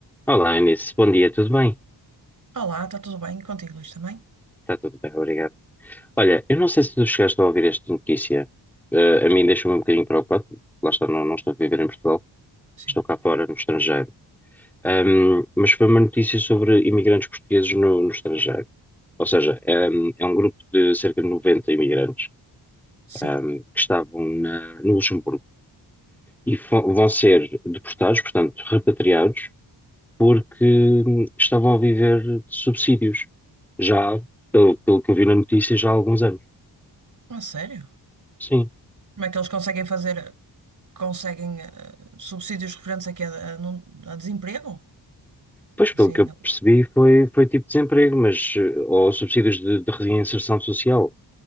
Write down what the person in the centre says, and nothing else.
Olá, Eunice. Bom dia, tudo bem?
Está tudo bem, obrigado. Olha, eu não sei se tu chegaste a ouvir esta notícia. Eh, a mim deixou-me um bocadinho preocupado. Lá está, não, não estou a viver em Portugal,
estou cá fora, no estrangeiro. Ahm, mas foi uma notícia sobre imigrantes portugueses no, no estrangeiro. Ou seja, ahm, é um grupo de cerca de 90 imigrantes,
ahm, que estavam na- no Luxemburgo e fo- vão ser deportados, portanto, repatriados porque hum, estavam a viver de subsídios, já, pelo, pelo que eu vi na notícia, já há alguns anos.
Sim.
Pois, pelo
que eu percebi, foi, foi tipo desemprego, mas, eh, ou subsídios de, de reinserção social.